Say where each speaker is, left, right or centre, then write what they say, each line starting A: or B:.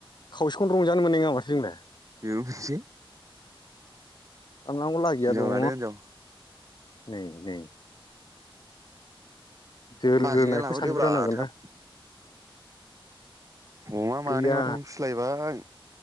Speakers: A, on the left (about 50°); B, on the right (about 35°).
A: खावसेखौनो रंजानो मोननाय नङा माथो जोंलाय
B: बेबो मोनसे
A: साननांगौ लागिया
B: हिनजाव
A: दङ
B: लादो हिनजाव
A: नै नै जोरग्रोनायखौ
B: बाजैया लाबोदोब्रा
A: सानग्रोनांगोन
B: थाब।
A: ना
B: अमा मानै
A: गैया
B: माथाम फिलायबाय